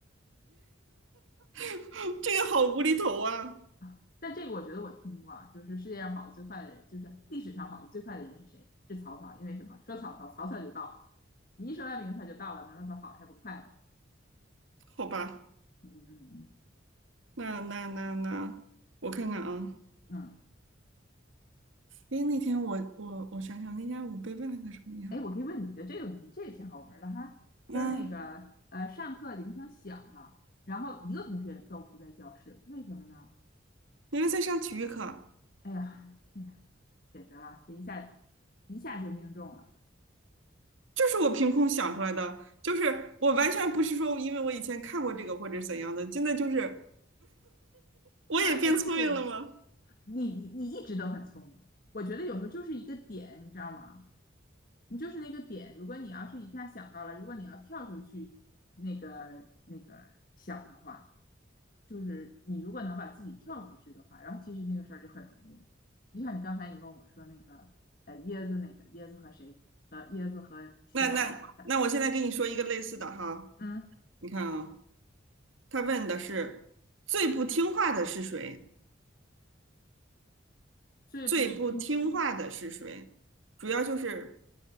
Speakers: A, on the right; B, on the left.
A: <laughs> 这个好无厘头啊。
B: 啊！但这个我觉得我听过啊，就是世界上跑得最快的人，就是历史上跑得最快的人是谁？是曹操，因为什么？说曹操，曹操就到了，你一说他名字他就到了，难道他跑得还不快吗？
A: 好吧，
B: 嗯嗯
A: 那那那那，我看看啊。
B: 嗯。嗯
A: 诶，那天我我我想想，那天我被问了个什么呀？
B: 哎，我可以问你一个这个问题，这个挺好玩儿的哈。
A: 嗯。
B: 说那个呃，上课铃声响了，然后一个同学都不在教室，为什么呢？
A: 因为在上体育课，
B: 哎呀，哎呀，简直了，这一下一下就命中了。
A: 就是我凭空想出来的，就是我完全不是说因为我以前看过这个或者怎样的，真的就是我也变聪明了吗？
B: 是吧？哎，对，你你你一直都很聪明，我觉得有时候就是一个点，你知道吗？你就是那个点，如果你要是一下想到了，如果你要跳出去那个那个想的话，就是你如果能把自己跳出去的话，然后其实那个事儿就很容易了。就像你刚才你问我说那个呃椰子那个椰子和谁呃椰子和西瓜打，
A: 那那那我现在跟你说一个类似的哈，
B: 嗯，
A: 你看啊，他问的是最不听话的是谁？
B: 最不听
A: 最不听话的是谁？主要就是